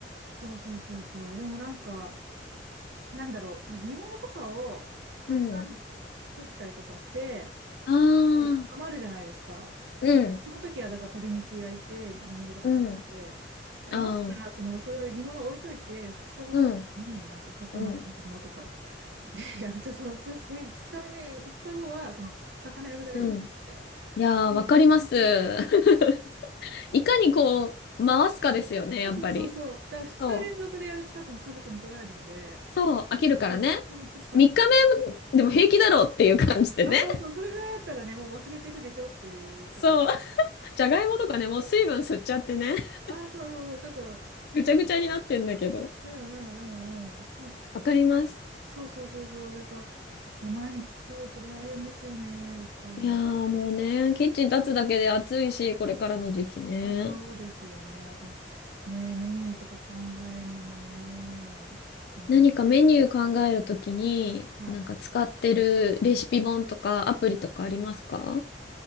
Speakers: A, on the right; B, on the left.
A: ら、そうそうそうそう。でもなんか、なんだろう、その煮物とかをたくさん作ったりとかして、
B: うん。ああ、
A: で余るじゃないですか。
B: うん、
A: その時は、だから鶏肉焼いて、煮物とか食べて、
B: うん、
A: で、
B: ああ、
A: 余ったら、その、それを煮物置いといて、2日後ぐらいになんか魚と煮物とか
B: うん、うん、
A: で <laughs> やると、その、2日目、二日後は、その、魚焼くだけで終わって、
B: うん。いやー、
A: っていう感じ
B: わかります。<laughs> いかにこう、回すかですよね、やっぱり。
A: そうそうそう。だから2日連続でやると多分家族に怒られるので、
B: そう。そう、飽きるからね。
A: <laughs> あのそう。
B: 3日目でも平気だろうっていう感じでね。
A: あ、そうそう。それぐらいだったらね、もう忘れてるでしょっていうこと。
B: そう。じゃがいもとかね、もう水分吸っちゃってね、<laughs>
A: あ、そうそうそう。ちょっとね、
B: ぐちゃぐちゃになってんだけど。
A: うんうんうんうん。でも、
B: わかります。
A: でもそうそうそうそう。だから、ね、毎日作るって大変ですよね。やっぱりでも。
B: いやーもうね、キッチン立つだけで暑いし、これからの時期ね。
A: あ、そうですよね。あと、ね、メニューとか考えんのもね。なんか、
B: 何かメニュー考えるときに、
A: はい。
B: なんか使ってるレシピ本とかアプリとかありますか